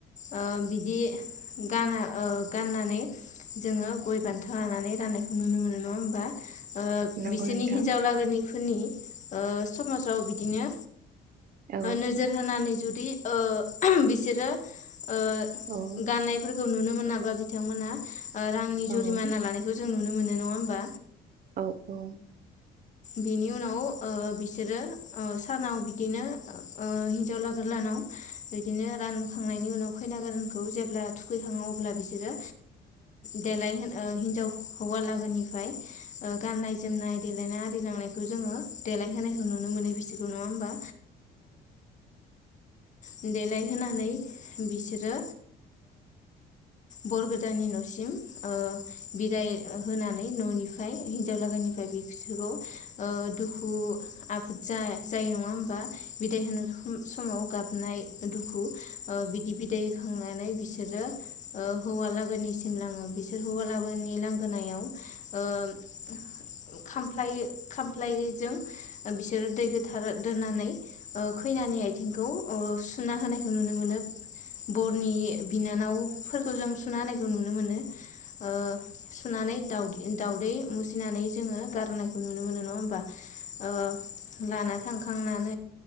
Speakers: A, on the left (about 45°); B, on the right (about 55°).
A: ओ बिदि गाना ओ गाननानै जोङो गय बान्था लानानै राननायखौ नुनो मोनो नङा होमबा ओ
B: नंगौ
A: बिसोरनि
B: नोंथां
A: हिनजाव लागोनि फोरनि ओ समाजाव बिदिनो
B: औ औ
A: नोजोर होनानै जुदि। ओ बिसोरो ओ
B: नंगौ
A: गाननायफोरखौ नुनो मोनाब बा बिथांमोना रांनि
B: औ
A: जुरिमाना लानायखौ जों नु नुनो मोनो नङा होमबा
B: औ औ
A: बिनि उनाव ओ बिसोरो ओ सानाव बिदिनो ओ हिन्जाव लागो लाहानाव बिदिनो रानखांनायनि उनाव उखैना गारानखौ जेब्ला थुखैहां अब्ला बिसोरो देलाय हिनजाव हौवालागोनिफ्राय गाननाय ना आरो जानायखौ जोङो देल दाय होनायखौु मोनो बिसोरखौ नङा होमबा <unintelligible> देलायहोनानै बिसोरो बर गोदानानि न'सिम ओ-बिदाय होनानै न'निफ्राय हिनजाव लागानिफ्राय बिसोरखौ। ओ- दुखु आब जा- जायो <unintelligible> नङा होमबा बिदाय होनो समाव गाब नाय ओ-दुखु ओ- बिदि बिदाय होखांनानै बिसो बिसोरो ओ- हौवालागनि सिम लाङो बिसोर हौवालाबोनि लांगोनायाव ओ- खामफ्लाय खामफ्लायजों ओ-बिसोरो दै गोथार दोननानै। ओ-खैनानि आथिंखौ ओ-सुना होनायखौ नुनो मोनो। बर नि बिनानावफोरखौ जों। सुना हानायखौ नुनो मोनो। ओ-सुनानै दउदि। दावदै मुसिनानै। जोङो गार'नायखौ नुनो मोनो। होमबा। ओ-लाना थांखांनानै।